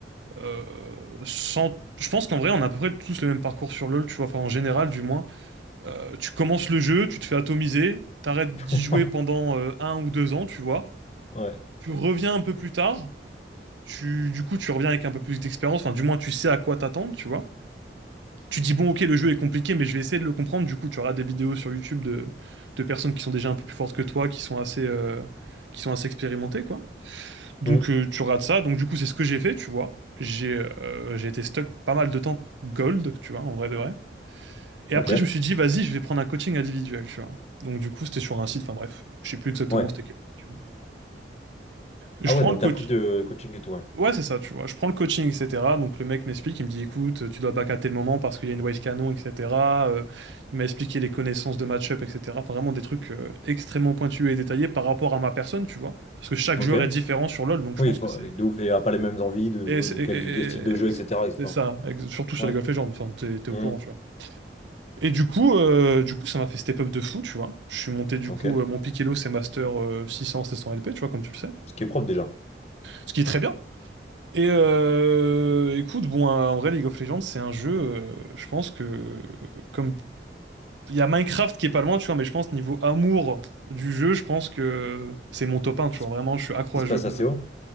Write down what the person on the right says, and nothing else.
euh, sans... Je pense qu'en vrai, on a à peu près tous le même parcours sur LoL, tu vois, enfin en général du moins. Euh, tu commences le jeu, tu te fais atomiser, t'arrêtes
d'y jouer pendant euh, un ou deux ans, tu vois.
Tu reviens un peu plus tard. Tu, du coup, tu reviens avec un peu plus d'expérience, enfin, du moins, tu sais à quoi t'attendre, tu vois. Tu dis, bon, ok, le jeu est compliqué, mais je vais essayer de le comprendre. Du coup, tu auras des vidéos sur YouTube de, de personnes qui sont déjà un peu plus fortes que toi, qui sont assez, euh, qui sont assez expérimentées, quoi. Donc,
euh, tu rates ça. Donc, du coup, c'est ce que j'ai fait, tu vois. J'ai euh, j'ai été stuck pas mal de temps gold, tu vois, en vrai de vrai. Et
après, je me suis dit, vas-y, je vais prendre un coaching individuel, tu vois. Donc, du coup, c'était sur un site, enfin, bref, je sais plus exactement
c'était quel site, tu vois. Je
prends
le coach.
Ouais, c'est ça, tu vois. Je prends le coaching, etc. Donc le mec m'explique, il me dit, écoute, tu dois back à tel moment parce qu'il y a une wave canon, etc. Euh, il m'a expliqué les connaissances de match-up, etc. Enfin, vraiment des trucs euh, extrêmement pointus et détaillés par rapport à ma personne, tu vois. Parce que chaque
joueur est différent sur LoL, donc
je pense
que c'est...
Et
c'est
et- et-
et-
c'est ça, ex- surtout sur
les golf Legends, enfin, t'es, t'es
au courant, tu vois. Et du coup, euh, du coup, ça m'a fait step up de fou, tu vois. Je suis monté, du
coup, euh, mon pick Elo, c'est Master euh, 600, 700 LP, tu vois, comme tu le sais.
Ce qui est très bien. Et euh, écoute, bon, euh, en vrai, League of Legends, c'est un jeu, euh, je pense que, euh, comme il y a Minecraft qui est pas loin, tu vois, mais je pense niveau amour du jeu, je pense que c'est mon top un, tu
vois,
vraiment, je suis accro
à
ce jeu concrètement.